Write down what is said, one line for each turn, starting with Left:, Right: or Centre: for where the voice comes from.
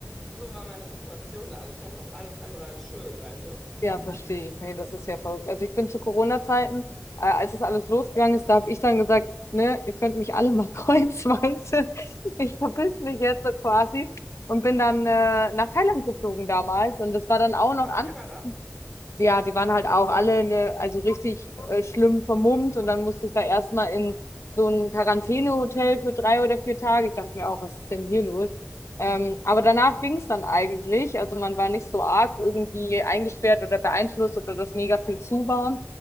Centre: So war meine Situation da. Also ich fand das alles andere als schön, weißt du?
Left: Ja, verstehe ich. Nee, das ist ja verrückt. Also ich bin zu Corona-Zeiten, äh, als das alles losgegangen ist, da habe ich dann gesagt, ne, ihr könnt mich alle mal <laughs> kreuzweise. Ich verpiss mich jetzt so quasi und bin dann äh, nach Thailand geflogen damals. Und das war dann auch noch
Centre: Nach
Left: an
Centre: Kanada.
Left: ja, die waren halt auch alle ne, also richtig äh, schlimm vermummt und dann musste ich da erstmal in so ein Quarantänehotel für drei oder vier Tage. Ich dachte mir auch, was ist denn hier los? Ähm, aber danach ging es dann eigentlich. Also man war nicht so arg irgendwie eingesperrt oder beeinflusst oder dass mega viel zu war.